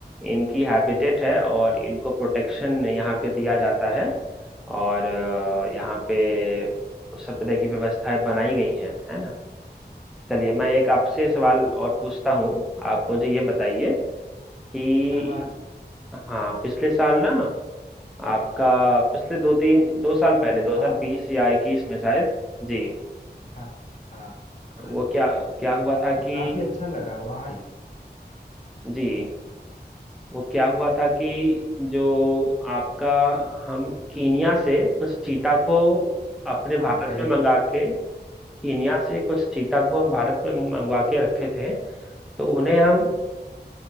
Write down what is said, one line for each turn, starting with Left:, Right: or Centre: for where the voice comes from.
Centre: इनकी हैबिटेट है और इनको प्रोटेक्शन यहाँ पे दिया जाता है और अ, यहाँ पे सब तरह की व्यवस्थाएं बनाई गई हैं है ना चलिए मैं एक आपसे सवाल और पूछता हूँ आप मुझे ये बताइए कि
Left: हाँ,
Centre: हाँ पिछले साल ना आपका पिछले दो तीन दो साल पहले
Left: वहाँ
Centre: 2020 या 21 में शायद जी
Left: था और
Centre: वो क्या क्या हुआ था कि
Left: काफ़ी अच्छा लगा वहाँ
Centre: जी वो क्या हुआ था कि जो आपका हम कीनिया से कुछ चीता को अपने
Left: हाँ,
Centre: भारत
Left: बताइए।
Centre: में मंगा के कीनिया से कुछ चीता को हम भारत में मंगवा के रखे थे तो उन्हें हम